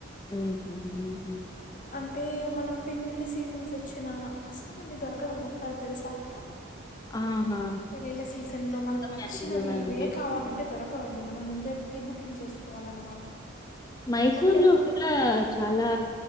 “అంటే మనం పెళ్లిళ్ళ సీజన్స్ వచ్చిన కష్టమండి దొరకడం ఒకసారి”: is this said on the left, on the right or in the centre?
Left